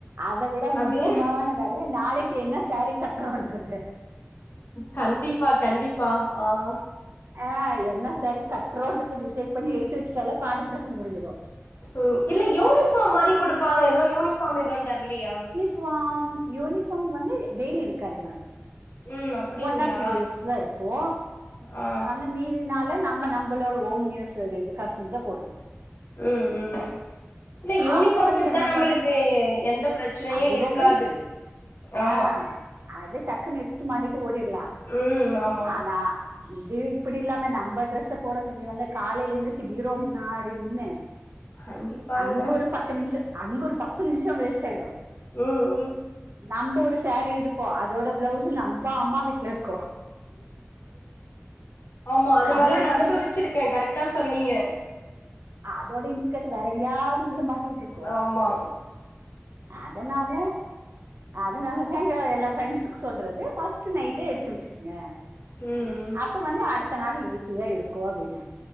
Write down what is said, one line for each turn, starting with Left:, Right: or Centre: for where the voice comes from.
Right: அத விட
Left: அது
Right: முக்கியமான வேல நாளைக்கு என்ன சேரீ கட்டுறோன்றது
Left: கண்டிப்பா கண்டிப்பா ஆ
Right: ஆ என்ன சாரி கட்றோன்றது டிசைட் பண்ணி எடுத்து வச்சுட்டாலே பாதி ப்ரச்சன முடிஞ்சிடு
Left: உ இல்ல யூனிஃபாம் மாரி குடுப்பாங்க எதோ யூனிஃபாம் எதுன் தர்லியா
Right: க்வாம் யூனிஃபாம் வந்து டெய்லி இருக்காது மேம்
Left: ம் அப்டிங்ளா
Right: ஒ ஒன் ஆர் டூ டேஸ் தா இருக்கு
Left: ஆ
Right: அந்ந மீதினாலே நாம நம்ப் ங்களோட ஓன் நியூஸ் இது இது கசின்தா போடணு
Left: ம் ம் இல்ல யூனிஃபாம்
Right: அப்ப வந்து
Left: குடுத்தா
Right: என்ன
Left: நம்மளுக்கே
Right: பண்ண
Left: எந்த ப்ரச்சனையு
Right: அது
Left: இருக்காது
Right: ரொம்ப ஈஸி
Left: ஆமா
Right: ஆ அது டக்குன் எட் ட்டு மாட்டிட்டு ஓடிர்லா
Left: ம் ஆமா
Right: ஆனா இது இப்படி இல்லாமே நம்ப ட்ரெஸ்ஸப் போடமேண்டி வந்நு காலைல எந்திச்சி பீரோ மின்னாடி நின்னு
Left: கண்டிப்பாங்க
Right: அங்க ஒரு பத் த்து நிம்ஷு அங் ஒரு பத் த்து நிம்ஷோ வேஸ்ட் ஆய்டு
Left: ம் ம்
Right: நம்ப் ஒரு சாரி எடுப்போ அதோட ப்ளவ்ஸ் அம்பா அம்மா வீட்ல இருக்கோ
Left: ஆமா அது மாரிலா
Right: அதோட
Left: நா அனுபவிச்சிருக்கே கரெக்டா சொன்னீய
Right: அ அதோட இன்ஸ்கட் வேற எங்கயாவது உள்ள மாட்டிட்ரு கோ
Left: ஆமா
Right: அதனால அதனால தாங்க எல்லா ஃப்ரெண்ஸ்க் சொல்றது ஃபஸ்ட்டு நைட்டே எடுத்து வச்சிருங்க
Left: ம்
Right: அப்ப வந்து அடுத்த நாள் ஈஸியா இருக்கு அப்டின்ன